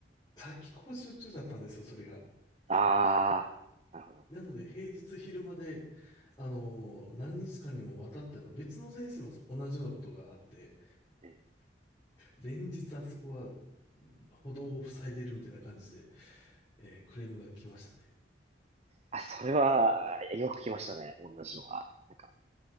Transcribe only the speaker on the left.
夏季講習中だったんですよ、それが。
なので、平日昼間で、あの、何日間にもわたって、あの、別の先生も同じようなことがあって、
連日あそこは歩道を塞いでるみたいな感じで、えークレームが来ましたね。